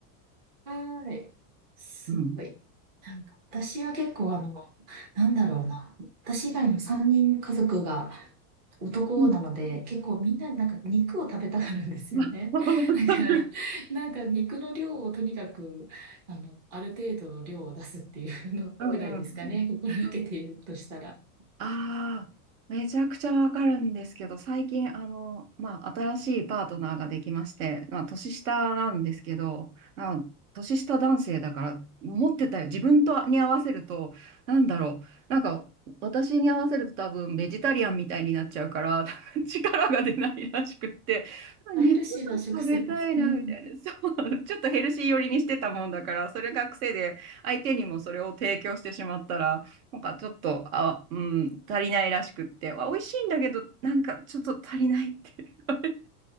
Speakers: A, on the right; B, on the right.
A: はーい。すごい。
B: うん。う
A: 私は結構あの、なんだろうな。私以外の3人家族が男なので、
B: ん
A: 結構みんななんか肉を食べたがるんですよね。
B: <laughs> わか
A: <laughs> だから、
B: る
A: なんか肉の量をとにかく、あの、ある程度の量を出すっていうのくらいですかね。
B: うんうんうん。
A: 心がけているとしたら。
B: うんああ、めちゃくちゃわかるんですけど、最近、あの、まあ、新しいパートナーができまして、まあ、年下なんですけど、あの年下男性だから、持ってたよ。自分とに合わせると、なんだろう。なんか、私に合わせると多分、ベジタリアンみたいになっちゃうから、<laughs> 力が出ないらしくって、あ肉が食べたいな、
A: あ、ヘルシーな食生活。うん。
B: みたいな。そう、ちょっとヘルシー寄りにしてたもんだから、それが癖で、相手にもそれを提供してしまったら、なんかちょっと、あ、うん、足りないらしくって、あ、美味しいんだけど、なんかちょっと足りないっていう。